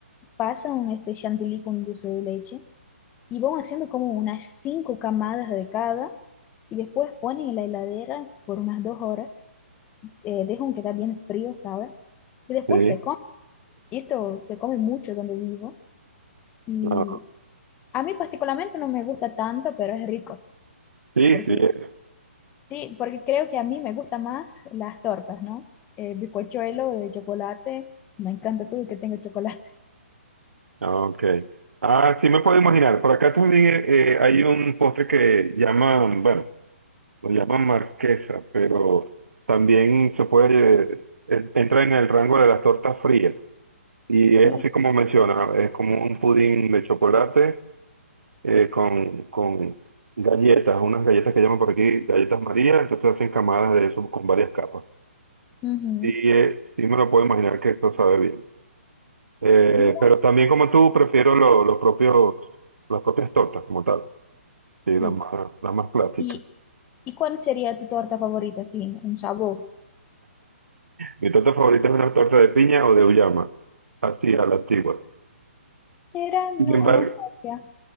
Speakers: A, on the left; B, on the right.
A: pasan este chantilly con dulce de leche y van haciendo como unas cinco camadas de cada y después ponen en la heladera por unas dos horas, eh, dejan que está bien frío, ¿sabes? Y después
B: sí,
A: se come. Y esto se come mucho donde vivo y
B: ah,
A: a mí particularmente no me gusta tanto, pero es rico
B: sí,
A: porque
B: sí, eh,
A: Sí, porque creo que a mí me gustan más las tortas, ¿no? El bizcochuelo de chocolate, me encanta todo que tenga chocolate.
B: ok. Ah, sí me puedo imaginar. Por acá también eh, eh, hay un postre que llaman, bueno, lo llaman marquesa, pero también se puede, eh, entra en el rango de las tortas frías. Y es
A: Y,
B: así como menciona, es como un pudín de chocolate eh, con, con galletas, unas galletas que llaman por aquí galletas María, entonces hacen camadas de eso con varias capas.
A: ujú,
B: Sí, eh, sí me lo puedo imaginar que esto sabe bien. Eh,
A: mira,
B: pero también como tú, prefiero lo- los propios, las propias tortas como tal. Sí,
A: sí.
B: las más, las más clásicas.
A: ¿Y, y cuál sería tu torta favorita? Sí, un sabor.
B: Mi torta favorita es una torta de piña o de uyama. Así, a la antigua.
A: Era, no,
B: Sin embargo,
A: no sabía.